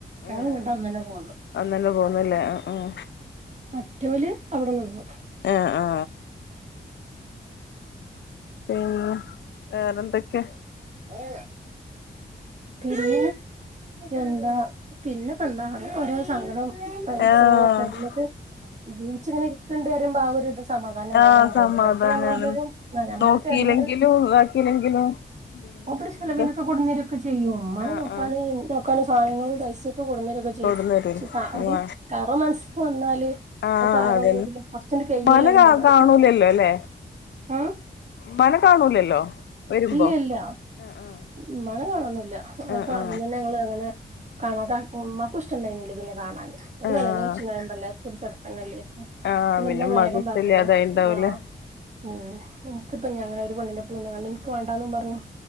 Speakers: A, on the right; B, on the left.
A: ഞങ്ങൾ
B: ഏഹ്
A: കട്ടാ അന്ന തന്നെ പോന്നു
B: അങ്ങനെ പോന്നല്ലേ ആ ആ ഉഹ
A: മറ്റവല് അവിടെ നിന്നു
B: ആ ആ പിന്നെ വേറെന്തൊക്കെയെ
A: ഏഹ് പിന്നെ എന്താ പിന്നെ ഇപ്പൊ എന്താ ഓരോ സങ്കടവും. പ്രയാസങ്ങളൊക്കെ
B: ആഹ്
A: കഴിഞ്ഞിട്ട് ജീനിച്ച ഇങ്ങനെ ഇരിക്കോണ്ടേ വരുമ്പോ ആ ഒരു സ സമാധാനം എന്തായാലും
B: ആഹ്
A: ഉണ്ടായിട്ടില്ല,
B: സമാധാനാണ്
A: എവിടെയാണെങ്കിലും നമ്മുക്ക്
B: നോക്കിയില്ലെങ്കിലും
A: തരഞ്ഞത്.
B: ഇതാക്കിയില്ലെങ്കിലും പിന്നെ
A: മൂപ്പര് ചെലവിനൊക്കെ
B: എന്ത്
A: കൊണ്ടുവന്നു തരുവോ ഒക്കെ ചെയ്യും ഉമ്മാനെ
B: ആഹ്
A: നോക്കാന്
B: ആഹ്
A: നോക്കാന് സാധനങ്ങളും പൈസയൊക്കെ. ഒക്കെ കൊണ്ടുവന്നു തരുയൊക്കെ ചെയ്യും
B: തൊടുന്നരും
A: പക്ഷെ അവര്
B: ആ
A: കറ മനസ്. എന്നല്
B: ആഹ്
A: അപ്പൊ ആരാണെങ്കിലും
B: അതന്നെ
A: ഫസ്റ്റ് കൈയെല്ലാം.
B: ഉമ്മാനെ കാ കാണൂലല്ലോ
A: <unintelligible>
B: അല്ലേ
A: ആഹ്
B: ഉമ്മാനെ കാണൂലല്ലോ. വരുമ്പോ
A: ഇല്ല ഇല്ല
B: ആഹ് ആഹ്
A: ഉമ്മാനെ കാണുന്നില്ല. ഇല്ല ഉമ്മ
B: ആഹ്
A: കാണുന്ന ഞങ്ങള് അങ്ങനെ കാണാതക്കും ഉമ്മക്കും ഇഷ്ടണ്ടായിരുന്നില്ല. ഇതിന് കാണാൻ ഒരു
B: ആഹ് ആഹ്
A: കല്യാണം കഴിച്ചു ഞാൻ വെല്യ <unintelligible> അല്ലെ.
B: ആഹ്
A: പിന്നെ ഉമ്മ
B: ഉമ്മാക്ക്
A: വേഗം
B: ഇഷ്ടല്ലാതായിണ്ടാവൂലേ
A: പറഞ്ഞുതന്നു എന്നാ ഉം നിനക്കിട്ട് ഞങ്ങൾ ഒരു. <unintelligible> പെണ്ണിനെ പിന്നെ നിനക്ക് വേണ്ടന്ന് പറഞ്ഞു.